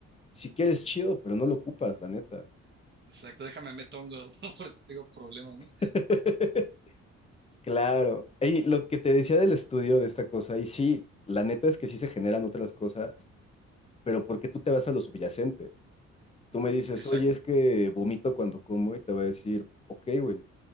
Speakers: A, on the left; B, on the right.
A: si quieres chido, pero no lo ocupas, la neta.
B: exacto, déjame meter hongos, <laughs> ¿no? Porque tengo problemas, ¿no?
A: <laughs> Claro. Y lo que te decía del estudio de esta cosa, y sí, la neta es que sí se generan otras cosas, pero ¿por qué tú te vas a lo subyacente? Tú me dices,
B: Exacto,
A: oye, es que vomito cuando como y te voy a decir, ok, güey,